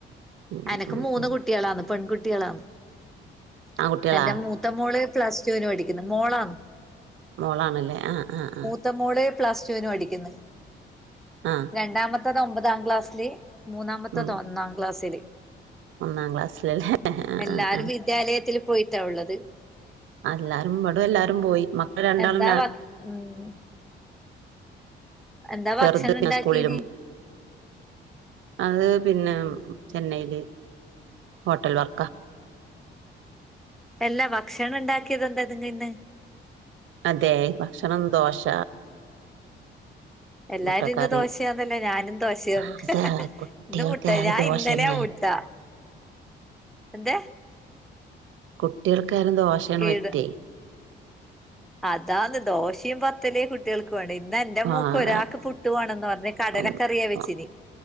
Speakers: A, on the right; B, in the centre.
A: ഉം
B: എനക്ക്
A: ഉം
B: മൂന്ന്
A: ഉം
B: കുട്ടികളന്ന് പെൺകുട്ടികളഎൻ്റെ
A: ആൺകുട്ടികളാ
B: ത്തമോള് പ്ലസ് ടുവിന് പഠിക്ക്ന്ന്. മോളാന്ന്.
A: മോളാണല്ലേ ആഹ് ആഹ ആ
B: മൂത്ത മോള് പ്ലസ് ടു വിന് പഠിക്കുന്ന്
A: ആഹ
B: രണ്ടാമത്തത് ഒമ്പതാം ക്ലാസ്സില് മൂന്നാമത്തത്
A: ഉം
B: ഒന്നാം ക്ലാസ്സില്
A: ഒന്നാം ക്ലാസ്സിലല്ലേ ആ
B: എല്ലാരും
A: ആ ആ്
B: വിദ്യാലയത്തിൽ പോയിട്ടാ ഉള്ളത്
A: അല്ലാരും വടെ എല്ലാരും പോയി മക്കള രണ്ടാളും
B: എന്താ വ ഉം എന്താ
A: ചെറുത്
B: ഭക്ഷണം
A: പിന്നെ
B: ഉണ്ടാക്കീന്
A: സ്കൂളിലും അത് പിന്നെ ചെന്നൈൽ ഹോട്ടൽ വർക്ക
B: എല്ലാ ഭക്ഷണം ഉണ്ടാക്കിയത് എന്താതിങ്ങ ഇന്ന്
A: അതെ ഭക്ഷണം ദോശ
B: എല്ലാരും
A: മുട്ടക്കറി
B: ഇന്ന് ദോശയാന്നല്ലേ ഞാനും ദോശയാന്ന്
A: അതെ കുട്ടികൾക്കായാലും
B: ഇന്ന് മുട്ട ഞാൻ
A: ദോശ
B: ഇന്നലെ
A: തന്നെ
B: മുട്ടാ എന്താ
A: കുട്ടികൾക്കായ്ന് ദോഷാണ്
B: ഈട്
A: പറ്റേ
B: അതാന്ന് ദോശയും പത്തലേ കുട്ടികൾക്ക് വേണം ഇന്ന് എന്റെ മോക്ക്
A: ആഹ്
B: ഒരാക്ക് പുട്ടുവാണന്ന് പറഞ്ഞ് കടലക്കറിയ
A: വേറെ
B: വെച്ചിന്